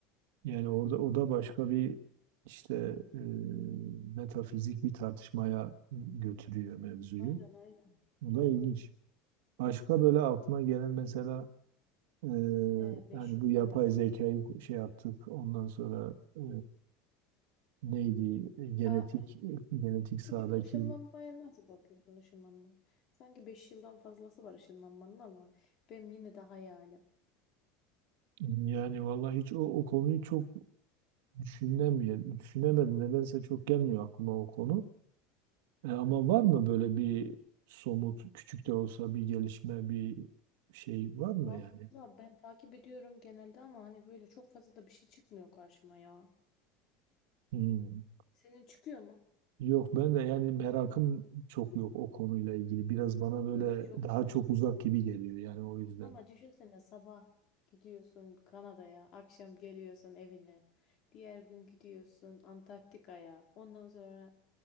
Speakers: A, on the right; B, on the left.
A: yani orada o da başka bir işte e, metafizik bir tartışmaya götürüyor mevzuyu.
B: Aynen aynen.
A: O
B: Doğru.
A: da ilginç. Başka böyle aklına gelen mesela Ee,
B: He, beş
A: yani
B: yıl
A: bu
B: sonra.
A: yapay zekayı şey yaptık. Ondan sonra e, neydi? E, Genetik
B: Aa, eh,
A: genetik sahadaki
B: peki ışınlanmaya nasıl bakıyorsun ışınlanma? Sanki 5 yıldan fazlası var ışınlanmanın ama benim yine de hayalim.
A: yani vallahi hiç o, o konuyu çok düşünemiyorum. Düşünemedim. Nedense çok gelmiyor aklıma o konu. E, ama var mı böyle bir somut küçük de olsa bir gelişme bir şey var mı
B: Valla
A: yani?
B: ben takip ediyorum genelde ama hani böyle çok fazla da bir şey çıkmıyor karşıma ya.
A: Hmm.
B: Senin çıkıyor mu?
A: Yok ben de yani merakım çok yok o konuyla ilgili. Biraz bana böyle
B: Benim çok
A: daha
B: var.
A: çok uzak gibi geliyor yani o yüzden.
B: Ama düşünsene sabah gidiyorsun Kanada'ya, akşam geliyorsun evine. Diğer gün gidiyorsun Antarktika'ya. Ondan sonra